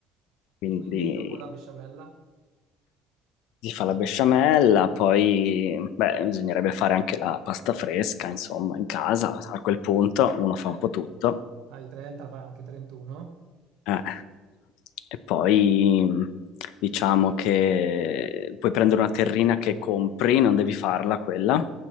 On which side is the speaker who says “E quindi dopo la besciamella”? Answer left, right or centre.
Right